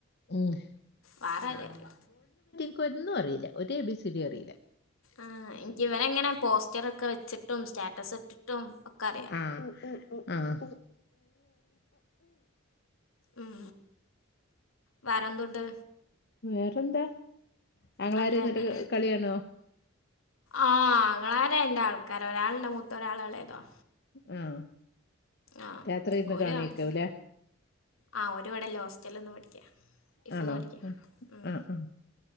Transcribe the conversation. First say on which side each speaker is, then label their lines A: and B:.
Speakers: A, on the left (about 50°); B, on the left (about 80°).
A: ഉം
B: വേറെ ആരീം അറി
A: ക്കൊന്നും അറീല്ല ഒര് എ ബി സി ഡി അറീല്ല
B: ആഹ് ഇൻക്ക് ഇവനങ്ങനെ പോസ്റ്ററൊക്കെ വെച്ചിട്ടും സ്റ്റാറ്റസ് ഇട്ടിട്ടും ഒക്കെ അറിയാം
A: ആഹ് ആഹ്
B: ഉം വേറെന്തുണ്ട്
A: വേറെന്താ ആങ്ങളാര്
B: നല്ലതന്നെ
A: എന്നിട്ട് കളിയാണോ
B: ആഹ് ആങ്ങളാരെന്റെ ആൾക്കാര ഒരാളിന്റെ മൂത്ത ഒരാളെളേതുവാ
A: ഉം
B: ആഹ്
A: രാത്രി ഇന്ന്
B: ഓര്
A: കാണിയാരിക്കുവല്ലേ
B: കാണും ആഹ് ഓര് ഈടല്ല ഹോസ്റ്റലിൽ നിന്ന് പേടിക്കാ ഈഫിള്ള്
A: ആണോ
B: പഠിക്കാ
A: ഉം
B: ഉം.
A: ആഹ് ആഹ്